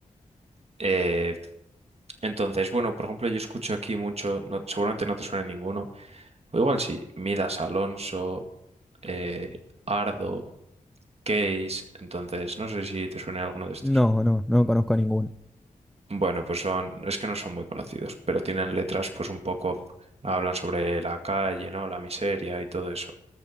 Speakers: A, on the right; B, in the centre.
A: eh, entonces, bueno, por ejemplo, yo escucho aquí mucho, no- seguramente no te suena ninguno, o igual sí, Midas Alonso, eh, Ardo, Case, entonces no sé si te suena alguno de estos.
B: no, no, no conozco ninguno.
A: Bueno, pues son, es que no son muy conocidos, pero tienen letras pues un poco, hablan sobre la calle, ¿no? La miseria y todo eso.